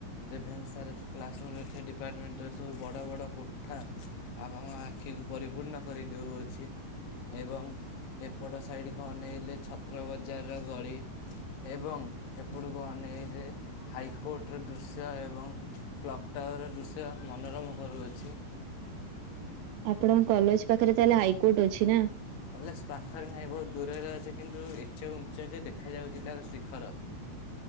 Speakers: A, on the left; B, on the right.
A: ରେଭେନ୍ସାର କ୍ଲାସରୁୁମ୍ ରେ ଥିବା ଡିପାର୍ଟମେଣ୍ଟର ସବୁ ବଡ଼ ବଡ଼ କୋଠା ଆଉ ଆମ ଆଖିକୁ ପରିପୂର୍ଣ୍ଣ କରିଦଉଅଛି। ଏବଂ ଏପଟ ସାଇଡ଼ କୁ ଅନେଇଲେ ଛତ୍ର ବଜାରର ଗଳି। ଏବଂ ଏପଟକୁ ଅନେଇଲେ ହାଇକୋର୍ଟର ଦୃଶ୍ୟ ଏବଂ କ୍ଲକ୍ ଟାୱାରର ଦୃଶ୍ୟ ମନୋରମ କରୁଅଛି।
B: ଆପଣଙ୍କ କଲେଜ୍ ପାଖରେ ତାହେଲେ ହାଇକୋର୍ଟ ଅଛି ନା।
A: କଲେଜ୍ ପାଖରେ ନାହିଁ ବହୁତ ଦୂରରେ ଅଛି କିନ୍ତୁ ଏତେ ଉଚ୍ଚ ଯେ ଦେଖାଯାଉଛି ତାର ଶିଖର।